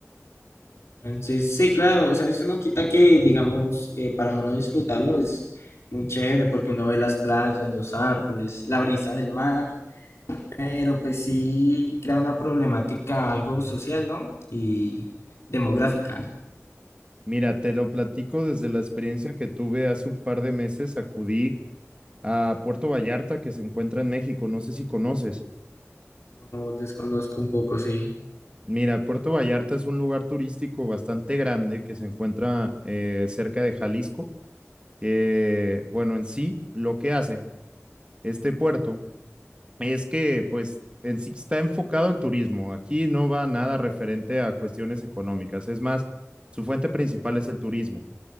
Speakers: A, on the left; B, on the right.
A: Entonces, sí, claro, o sea, eso no quita que, digamos, eh, para uno disfrutarlo es muy chévere porque uno ve las playas, los árboles, la brisa del mar. Pero pues sí crea una problemática algo social, ¿no? Y demográfica.
B: Mira, te lo platico desde la experiencia que tuve hace un par de meses. Acudí a Puerto Vallarta, que se encuentra en México. No sé si conoces.
A: No desconozco un poco, sí.
B: Mira, Puerto Vallarta es un lugar turístico bastante grande que se encuentra eh, cerca de Jalisco. Eh, bueno, en sí, lo que hace este puerto es que, pues, en sí está enfocado al turismo. Aquí no va nada referente a cuestiones económicas. Es más, su fuente principal es el turismo.